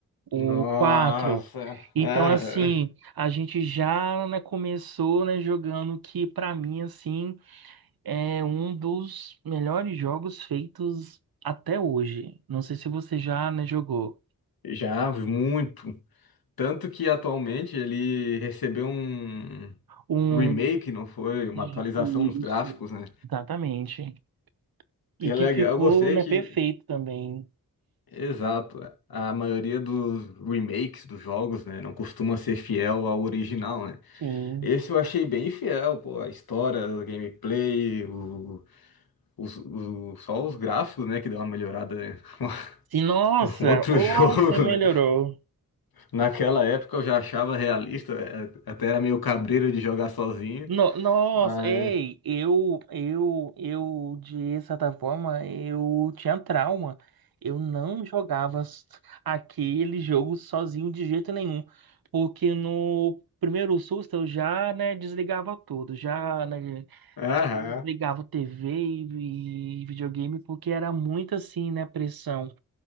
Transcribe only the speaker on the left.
Nossa,
ah,
já muito. Tanto que atualmente ele recebeu um.
remake, não foi uma
atualização nos gráficos, né?
E é
legal,
eu gostei
que,
exato, a maioria dos remakes dos jogos, né, não costuma ser fiel ao original, né?
Esse eu achei bem fiel, pô, a história, o gameplay, o, os, o- só os gráficos, né, que deu uma melhorada, né? <laughs>
Um Outro
jogo,
né? Naquela época eu já achava realista, é- até era meio cabreiro de jogar sozinho,
mas...
Aham.